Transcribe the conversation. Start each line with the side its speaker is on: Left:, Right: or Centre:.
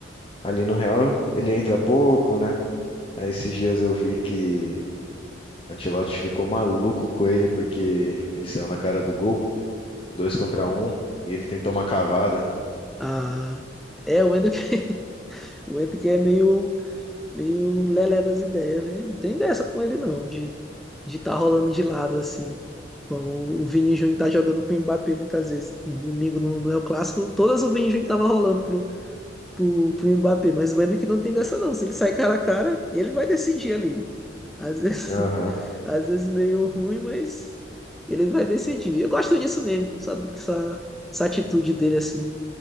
Left: ali no Real ele entra pouco, né? Aí esses dias eu vi que Ancelotti ficou maluco com ele porque ele saiu na cara do gol, dois contra um, e ele tentou uma cavada.
Centre: Ah, é, o Endrick, <laughs> o Endrick é meio, meio lelé das ideias, né? Não tem dessa com ele, não, de de estar rolando de lado assim. Bom, o o Vini Júnior tá jogando com o Mbappé muitas vezes. No Domingo no, no El Clássico, todas o Vini Júnior tava rolando pro, pro Mbappé, mas o Endrick não tem dessa não. Se ele sai cara a cara, ele vai decidir ali. Às vezes,
Left: Aham.
Centre: <laughs> às vezes meio ruim, mas ele vai decidir. Eu gosto disso nele, sabe? Essa, essa atitude dele assim.